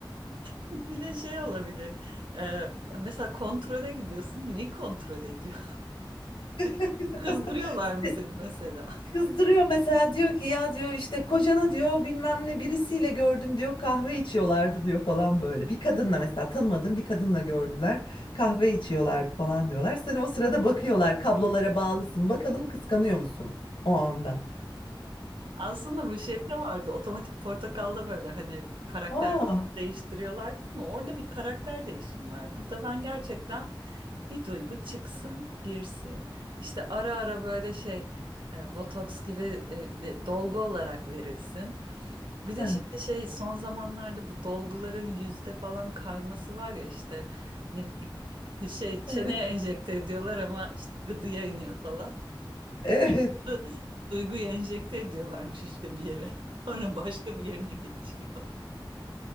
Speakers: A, on the right; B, on the left.
A: <laughs> Bir de şey olabilir e, mesela kontrole gidiyorsun neyi kontrol ediyor?
B: <laughs>
A: <laughs> Kızdırıyorlar mı seni mesela?
B: Kızdırıyor mesela diyor ki ya diyor işte kocanı diyor bilmem ne birisiyle gördüm diyor kahve içiyorlardı diyor falan böyle. Bir kadınla mesela tanımadığım bir kadınla gördüler kahve içiyorlardı falan diyorlar. Sen o sırada bakıyorlar kablolara bağlısın bakalım kıskanıyor musun o anda?
A: Aslında bu şey de vardı otomatik portakalda böyle hani karakter
B: Aa.
A: değiştiriyorlardı ama orada bir karakter değişimi var. Burada ben gerçekten bir duygu çıksın, girsin. İşte ara ara böyle şey, e, botoks gibi e, e, dolgu olarak verilsin. Bir de
B: Ha,
A: şimdi şey son zamanlarda bu dolguların yüzde falan kayması var ya işte ne bileyim <laughs> şey çeneye
B: evet
A: enjekte ediyorlar ama işte gıdıya iniyor falan.
B: evet
A: <laughs> Duyguyu enjekte ediyorlarmış işte bir yere. <laughs> Sonra başka bir yerine geçiyor.